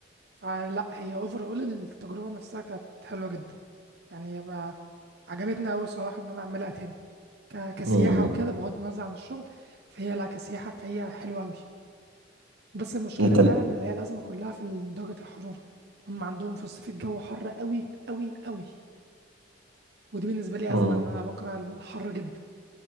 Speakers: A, on the right; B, on the right.
A: فلا هي اوفر اول التجربة نفسها كانت حلوة جدا يعني ما عجبتني أوي صراحة إن أنا أعملها تاني ك- كسياحة
B: مم.
A: وكده بغض النظر عن الشغل فهي لا كسياحة فهي حلوة أوي بس المشكلة
B: انت
A: فعلا
B: ال-
A: اللي هي الأزمة كلها في ال- درجة الحرارة هم عندهم في الصيف الجو حر أوي أوي أوي ودي بالنسبة لي
B: مم.
A: أزمة إن أنا بكره الحر جدا